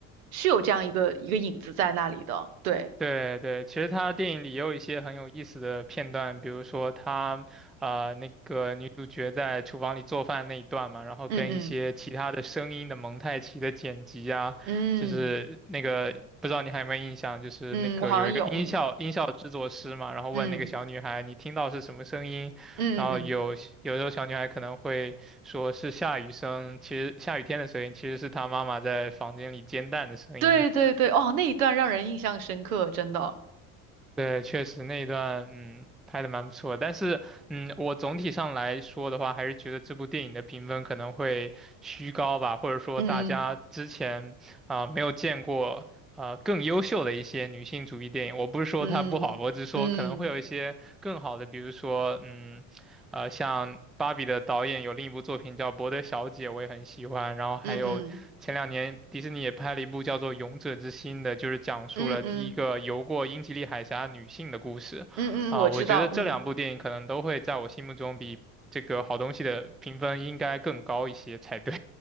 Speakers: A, on the right; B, in the centre.
A: 是有这样一个一个影子在那里的。对，
B: 对对，其实他电影里也有一些很有意思的片段，比如说他呃那个女主角在厨房里做饭那一段嘛，然后跟一些其他的声音的蒙太奇的剪辑啊，
A: 嗯嗯嗯
B: 就是那个不知道你还有没有印象，就是那个有一个音效音效制作师嘛，
A: 嗯，我好像有，嗯
B: 然后问那个小女孩你听到是什么声音，
A: 嗯嗯嗯嗯，
B: 然后有有时候小女孩可能会说是下雨声，其实下雨天的声音其实是她妈妈在房间里煎蛋的声音。
A: 对对对，哦，那一段让人印象深刻，真的。
B: 对，确实那一段，嗯，拍的蛮不错的但是，嗯，我总体上来说的话，还是觉得这部电影的评分可能会虚高吧，或者说大家之前啊、
A: 嗯
B: 没有见过啊更优秀的一些女性主义电影。我不是说它不好，
A: 嗯嗯
B: 我只是说可能会有一些更好的，比如说，嗯，呃，像芭比的导演有另一部作品叫《伯德小姐》，我也很喜欢，然后还有前两年迪士尼也拍了一部叫做《勇者之心》的，
A: 嗯嗯
B: 就是讲述了第一个游过英吉利海峡女性的故事。
A: 嗯嗯嗯嗯，
B: 啊，
A: 嗯我知道，
B: 我觉得这两部电影可能都会在我心目中比这个好东西的评分应该更高一些才对。
A: 嗯。